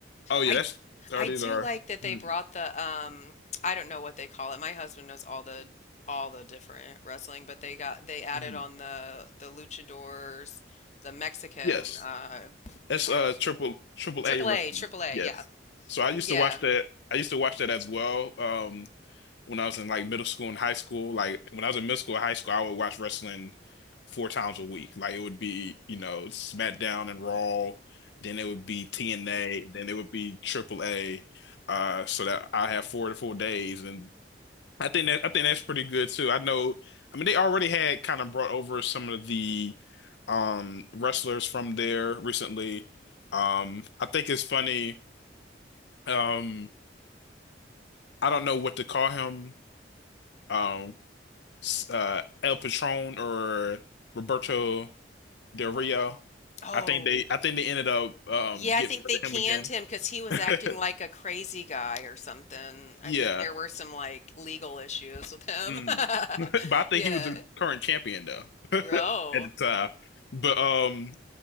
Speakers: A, on the left; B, on the left.
A: Oh yeah,
B: I
A: that's Hardys
B: I do
A: are.
B: like that they
A: Mm,
B: brought the um I don't know what they call it. My husband knows all the all the different wrestling, but they got they added
A: mm.
B: on the the luchadors, the Mexican
A: Yes,
B: uh
A: that's
B: I
A: uh
B: don't know.
A: triple triple
B: Triple
A: A wrestling.
B: A, Triple A,
A: Yes.
B: yeah.
A: So I used
B: Yeah.
A: to watch that.
B: <laughs>
A: I used to watch that as well. Um, when I was in like middle school and high school. Like when I was in middle school and high school, I would watch wrestling four times a week. Like it would be, you know, SmackDown and Raw, then it would be TNA, then it would be Triple A, Uh, so that I have four to four days, and I think that I think that's pretty good too. I know, I mean, they already had kind of brought over some of the um wrestlers from there recently. Um, I think it's funny. Um, I don't know what to call him. Um, uh, El Patron or Roberto Del Rio.
B: Oh,
A: I think they I think they ended up um,
B: yeah,
A: getting
B: I think
A: rid
B: they canned
A: of him again.
B: him because he was
A: <laughs>
B: acting like a crazy guy or something. I
A: Yeah.
B: think there were some like legal issues with him.
A: Mm.
B: <laughs>
A: <laughs> But I think
B: Yeah.
A: he was the current champion though
B: Ro.
A: at the time. But um